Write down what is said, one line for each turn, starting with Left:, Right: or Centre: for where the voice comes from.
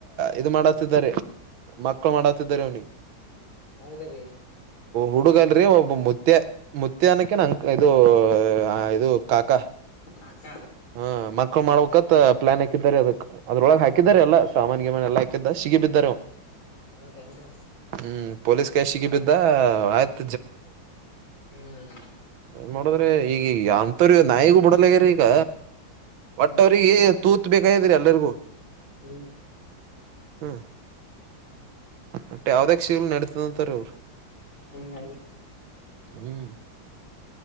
Right: ಇದು ಮಾಡತಿದ್ದಾರೆ ಮಕ್ಕಳು ಮಾಡತಿದಾರ ಅವ್ನಿ
Left: ಹೌದ್ರಿ
Right: ಹುಡುಗ ಅಲ್ರಿ ಒಬ್ಬ ಮತ್ಯ ಮುತ್ಯನಕ್ಕೆ ನಂ ಇದು ಇದು ಕಾಕಾ
Left: ಕಾಕ
Right: ಹ ಮಕ್ಳು ಮಾಡ್ಬೇಕಕತ್ತ ಪ್ಲಾನ್ ಹಾಕಿದಿದ್ದಾರೆ ಅದಕ್ ಅದ್ರೊಳಗ ಹಾಕಿದಾರ ಅಲ್ಲ ಸಾಮಾನ್ ಗಿಮನ್ ಎಲ್ಲ ಹಾಕಿದ್ದ ಸಿಗಿ ಬಿದ್ದರು
Left: ಹೌದೇನ್ರಿ
Right: ಹ್ಮ್ ಪೊಲೀಸ್ ಕಾಯ ಸಿಗಿ ಬಿದ್ದ ಆಯ್ತು
Left: ಹ್ಮ್
Right: ನ್ ನೋಡದ್ರೆ ಈಗಗ ಅಂತವ್ರ ನಾಯಿಗೂ ಬಿಡಲಗ್ಯಾರ ಈಗ ಬಟ್
Left: ಹ್ಮ್
Right: ಅವ್ರಿಗೆ ತೂತ್ ಬೇಕಾಯಾದ್ರರಿ ಎಲ್ಲರಿಗೂ
Left: ಹ
Right: ಹ್ಮ್ ಮತ್ತೆ ಯಾವ್ದೇ ಕಷೀಲ್ ನಡತದಂತಾರ ಅವ್ರು
Left: ಹಂ ಹಾಗ
Right: ಹ್ಮ್